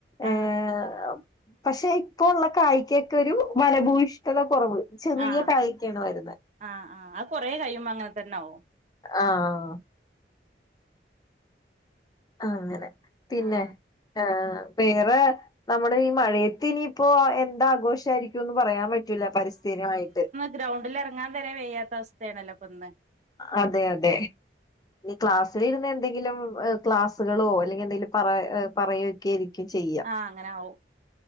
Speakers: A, on the left; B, on the right.
A: ഏഹ്
B: ആഹ്
A: പക്ഷെ ഇപ്പൊ ഒള്ള കായിക്കെക്കെ ഒരു ഫലഭൂ ഷ്ട്ടത കൊറവ് ചെറിയ
B: ആഹ്
A: കായിക്കാണ് വരുന്നത്
B: ആഹ് ആഹ് അത് കൊറേ കഴിയുമ്പോ അങ്ങനെ തന്നാവും
A: ആഹ് അങ്ങനെ പിന്നെ
B: ആഹ്
A: ആഹ്. വേറെ നമ്മുടെ ഈ മഴയത്തിനിയിപ്പോ എന്താഘോഷായിരിക്കുംന്ന് പറയാൻ പ റ്റൂല്ല. പരിസ്ഥിതിമായിട്ട്.
B: ഗ്രൗണ്ടില് എറങ്ങാൻ വരെ വെയ്യാത്ത അവസ്ഥയാണല്ലോ ഇപ്പന്ന്.
A: അതെ അതെ ഇനി ക്ലാസ്സില് ഇരുന്ന് എന്തെങ്കിലും ക്ലാസ്സുകളോ, അല്ലെങ്കി എന്തെങ്കിലും പറ പറയൊക്കെ ആയിരിക്കും ചെ
B: ആ അങ്ങനാവും.